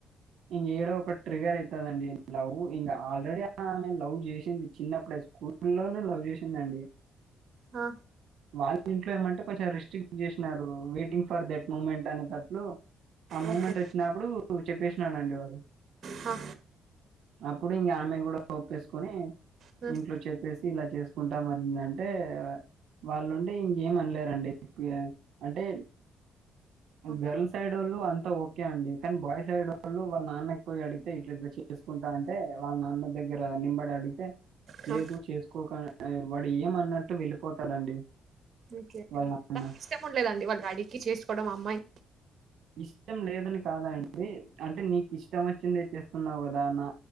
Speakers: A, on the right (about 75°); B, on the right (about 50°).
A: ఇంగ ఏడో ఒకాడ ట్రిగర్ అయితాదండీ లవ్వు ఇలా ఆల్రెడీ ఆమె నను లవ్ చేసింది చిన్నప్పుడే స్కూల్లోనే లవ్ చేసిందండి.
B: హ,
A: వాళ్ళ ఇంట్లో ఏమంటే కొంచెం రెస్ట్రిక్ట్ చేసినారు వెయిటింగ్ ఫర్ దట్ మూమెంట్ అనేటట్లు ఆ మూమెంట్
B: ఓకే
A: వచ్చినప్పుడు చెప్పేసినాడండి వాడు
B: హ,
A: ఇప్పుడు ఇంగ ఆమె కూడా ఒప్పేసుకొని
B: హ్మ్,
A: ఇంట్లో చెప్పేసి ఇలా చేసుకుంటామండి అంటే వాళ్ళుండి ఇంకేం అనలేరండి అంటే
B: హ,
A: గర్ల్ సైడ్ వాళ్ళు అంతా ఓకే అండి కానీ బాయ్ సైడ్ వాళ్ళు వాళ్ళ నాన్నకి పోయి అడిగితే ఇట్ల చేసుకుంటా తే వాళ్ళ నాన్న దగ్గర నెంబర్ అగితే
B: హ,
A: లేదు చేసుకోకు వాడు ఏమ అన్నట్టు వెళ్ళిపోతాడండి
B: ఓకే
A: వాళ్ళ నాన్న.
B: ఇష్టం ఉండలేదండి వాళ్ళ డాడీకి చేసుకోవడం అమ్మాయి
A: ఇష్టం లేదని కాదా అం డి అంటే నీకు ఇష్టం వచ్చిందే చేస్త సున్నావు గదా అనా